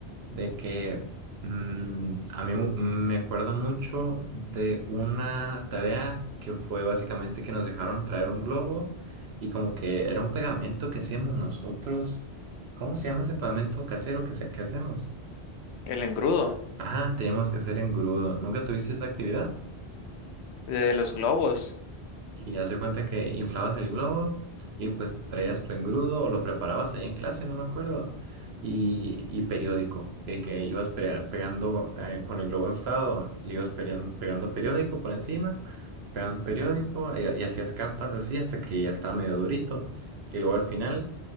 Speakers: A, on the right; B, on the left.
A: de que mm, a mí mu- me acuerdo mucho de una tarea que fue básicamente que nos dejaron traer un globo y como que era un pegamento que hacíamos nosotros. ¿Cómo se llama ese pegamento casero que, se- que hacemos?
B: El engrudo
A: Ajá, teníamos que hacer engrudo. ¿Nunca tuviste esa actividad?
B: de los globos.
A: Y hace cuenta que inflabas el globo y pues traías tu engrudo o lo preparabas ahí en clase, no me acuerdo. Y, y periódico, de que ibas pe- pegando eh, con el globo inflado, le ibas pegan- pegando periódico por encima, pegando periódico y, y hacías capas así hasta que ya estaba medio durito. Y luego al final